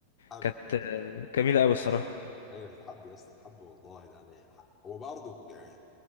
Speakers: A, on the left; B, on the left.
A: حب
B: كانت جميلة قوي الصراحة
A: ايوه تتحب يا اسطى تحب والله ده انا ح- هو برضه آه،